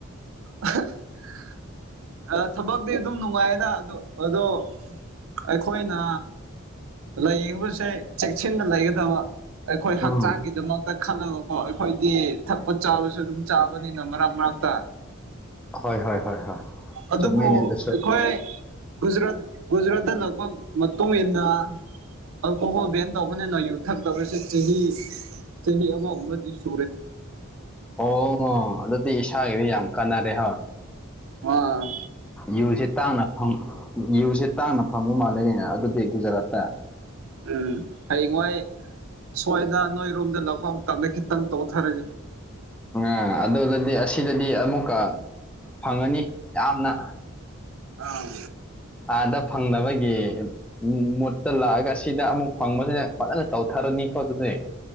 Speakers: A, on the right; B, in the centre.
A: <unintelligible> ꯊꯕꯛꯇꯤ ꯑꯗꯨꯝ ꯅꯨꯡꯉꯥꯏꯌꯦꯗ ꯑꯗꯣ ꯑꯩꯈꯣꯏꯅ ꯂꯩꯡꯕꯁꯦ ꯆꯦꯛꯁꯤꯟꯅ ꯂꯩꯒꯗꯕ ꯑꯩꯈꯣꯏ
B: ꯎꯝ
A: ꯍꯛꯆꯥꯡꯒꯤꯗꯃꯛꯇ ꯈꯜꯂꯒꯀꯣ ꯑꯩꯈꯣꯏꯗꯤ ꯊꯛꯄ ꯆꯥꯕꯁꯨ ꯑꯗꯨꯝ ꯆꯥꯕꯅꯤꯅ ꯃꯔꯛ ꯃꯔꯛꯇ
B: ꯍꯣꯏ ꯍꯣꯏ ꯍꯣꯏ ꯍꯣꯏ
A: ꯑꯗꯨꯕꯨ
B: ꯆꯨꯝꯃꯤꯅꯦ ꯑꯗꯨꯁꯨ
A: ꯑꯩꯈꯣꯏ ꯒꯨꯖꯔꯥꯠ ꯨꯖꯔꯥꯠ ꯗ ꯂꯛꯄ ꯃꯣꯝ ꯌꯦꯟꯅ ꯑꯜꯀꯣꯍꯣꯜ ꯕꯦꯟ ꯇꯧꯕꯅꯦꯅ ꯌꯨꯊꯛ ꯇꯧꯁꯦ ꯆꯍꯤ ꯆꯍꯤ ꯑꯃꯒꯨꯝꯅꯗꯤ ꯁꯨꯔꯦ
B: ꯑꯣ ꯑꯗꯨꯗꯤ ꯏꯁꯥꯒꯤꯗꯤ ꯌꯥꯝ ꯀꯥꯟꯅꯔꯦ ꯍꯣꯏ
A: ꯑ
B: ꯌꯨꯁꯦ ꯇꯥꯡꯅ ꯐꯨ ꯁꯤꯦ ꯇꯥꯡꯅ ꯐꯪꯕ ꯃꯥꯜꯂꯅꯤꯅꯦ ꯑꯗꯨꯗꯤ ꯒꯨꯖꯔꯥꯠꯇ
A: ꯎꯝ ꯍꯌꯦꯡꯋꯥꯣꯏ ꯁꯋꯥꯗ ꯔꯣꯝꯗ ꯂꯥꯛꯄ ꯌꯥꯝ ꯇꯝꯃꯦ ꯈꯈꯤꯠꯇꯝ ꯇꯣ ꯀꯣꯊꯔꯦ
B: ꯎꯝ ꯑꯗꯨꯗꯗꯤ ꯑꯁꯤꯗꯗꯤ ꯑꯃꯨꯛꯀ ꯐꯪꯉꯅꯤ ꯌꯥꯝꯅ
A: ꯑꯥ
B: ꯑꯥꯗ ꯐꯪꯅꯕꯒꯤ ꯃꯨꯠꯇ ꯂꯥꯛꯑꯒ ꯁꯤꯗ ꯑꯃꯨꯛ ꯐꯪꯕꯁꯤꯅ ꯐꯖꯅ ꯇꯧꯊ ꯇꯔꯣ ꯅ ꯀꯣ ꯑꯗꯨꯅꯦ